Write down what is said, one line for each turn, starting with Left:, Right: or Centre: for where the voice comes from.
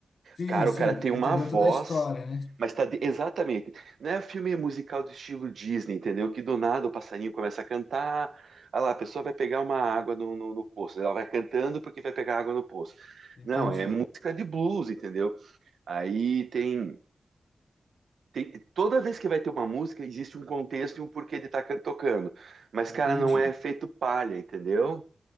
Left: Sim,
Right: Cara,
Left: sim,
Right: o cara tem
Left: deita
Right: uma
Left: dentro
Right: voz,
Left: da história, né?
Right: mas tá de- exatamente. Não é filme musical do estilo Disney, entendeu? Que do nada o passarinho começa a cantar. Ah lá, a pessoa vai pegar uma água no, no, no poço. Ela vai cantando porque vai pegar água no poço.
Left: Entendi,
Right: Não, é música de blues, entendeu? Aí tem. Tem, toda vez que vai ter uma música, existe um contexto e um porquê de estar tocando. Mas,
Left: entendi.
Right: cara, não é feito palha, entendeu?